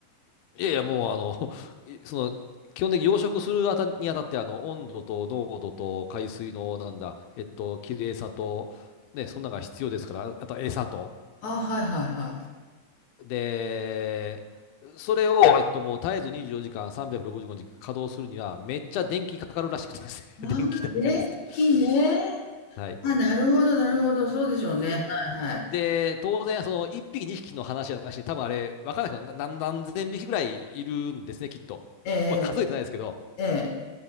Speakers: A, on the left (about 85°); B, on the left (about 65°).
A: いやいや、もうあの、<laughs> いその、基本的に養殖するあたにあたって、あの、温度と濃度と海水の、なんだ、えっと、綺麗さと、ね、そんなのが必要ですから、あと餌と。
B: あ、はいはいは
A: で、それを、えっと、もう絶えず24時間365日稼働するには、めっちゃ電気かかるらしくてですね、
B: い。ああ、
A: <laughs> 電気代がですね。
B: 電気ね。
A: はい。
B: あ、なるほど、なるほど、そうでしょうね。
A: んで、
B: はいはい。
A: 当然、その1匹、2匹の話じゃなしに、多分あれ、わからないけど、な何何千匹ぐらいいるんですね、きっと。
B: ええ、
A: まあ、数えてないですけど。
B: ええ、